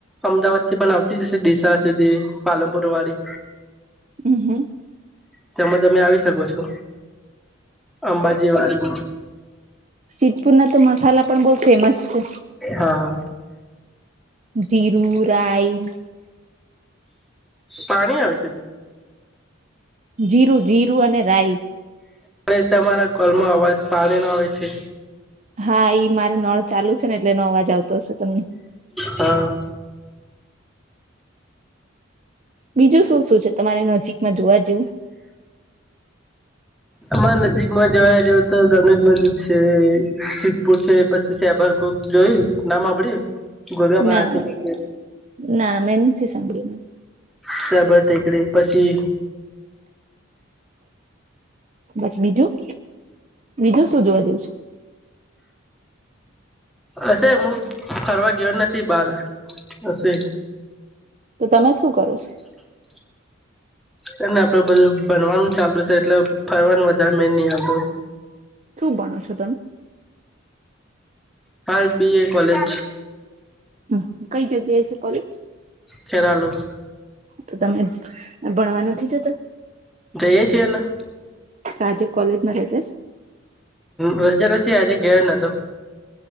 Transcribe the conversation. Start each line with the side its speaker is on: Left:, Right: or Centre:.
Centre: અમદાવાદથી બનાવતી જશે દિશા સુધી પાલનપુર વાળી.
Right: હમ હમ.
Centre: તેમમાં જ અમે આવી શકો છો અંબાજી વાળમાં.
Right: સિતપુર ના તો મસાલા પણ બહુ ફેમસ છે.
Centre: હા
Right: જીરું રાઈ.
Centre: પાણી આવે છે.
Right: જીરું જીરું અને રાઈસ.
Centre: એ તમારા કોલમાં અવાજ પાણી ન આવે છે.
Right: હા ઈ મારે નળ ચાલુ છે ને એટલે એનો અવાજ આવતો હશે તમને.
Centre: હા.
Right: બીજું શું શું છે તમારે નજીકમાં જોવા જેવું?
Centre: આમાં નજીકમાં જવાયા જો. ગણેશ બજ છે શિ્પુર છે પછી શબર ગોગ જોય નામ આપડી. ગુરગાબારા.
Right: ના ના મેં નથી સાંભળ્યું
Centre: શબર ટેકડી પછી.
Right: પછ બીજું? બીજું શું જોવા દે છે.
Centre: હશે હું ફરવા ગયો નથી બારે હશે.
Right: તો તમે શું કરો છો?
Centre: શ. એને આપડે બધું ભનવાનું ચાલુ છે એટલે ફરવાનું વધારે મેન નહી આવતું.
Right: શું ભણો છો તમે?
Centre: કાલ બી એ કોલેજ.
Right: હ કઈ જગ્યાએ છે કોલેજ.
Centre: ખેરાલું.
Right: તો તમે ભણવા નથી જતા.
Centre: જ‌ઇએ છે ને.
Right: આજે કોલેજમાં રજા.
Centre: હ રજા નથી આજે ગયો નોતો.